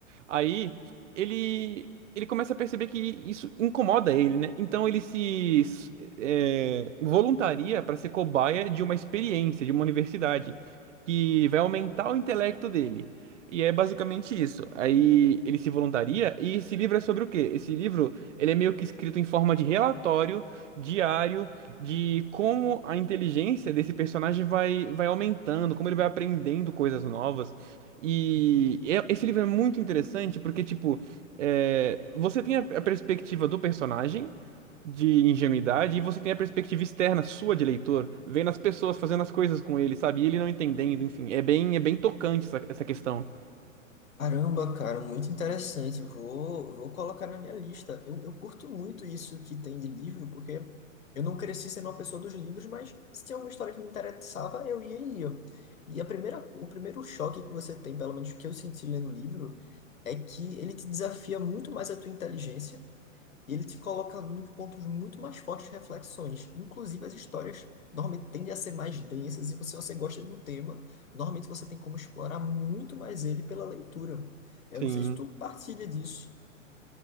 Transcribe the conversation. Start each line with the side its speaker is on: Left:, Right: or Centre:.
Right: Aí ele ele começa a perceber que isso incomoda ele, né? Então ele se eh, voluntaria para ser cobaia de uma experiência, de uma universidade, que vai aumentar o intelecto dele. E é basicamente isso. Aí ele se voluntaria e esse livro é sobre o quê? Esse livro, ele é meio que escrito em forma de relatório diário de como a inteligência desse personagem vai, vai aumentando, como ele vai aprendendo coisas novas. E é- esse livro é muito interessante porque, tipo, é, você tem a, a perspectiva do personagem de ingenuidade e você tem a perspectiva externa sua de leitor, vendo as pessoas fazendo as coisas com ele, sabe? E ele não entendendo, enfim. É bem, é bem tocante essa, essa questão.
Left: Caramba, cara, muito interessante. Eu Vou, vou colocar na minha lista. Eu, eu curto muito isso que tem de livro, porque eu não cresci sendo uma pessoa dos livros, mas se tinha alguma história que me interessava, eu ia e lia. E a primeira, o primeiro choque que você tem, pelo menos que eu senti lendo o livro, é que ele te desafia muito mais a tua inteligência E ele te coloca nos pontos muito mais fortes de reflexões. Inclusive, as histórias normalmente tendem a ser mais densas, e se você gosta de um tema, normalmente você tem como explorar muito mais ele pela leitura. Eu
Right: Sim.
Left: não sei se tu partilha disso.